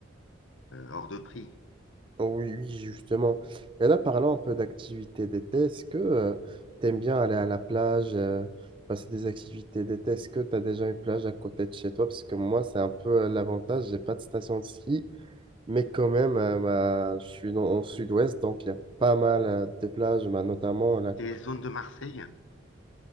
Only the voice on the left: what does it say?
euh, hors de prix.
Tes zones de Marseille?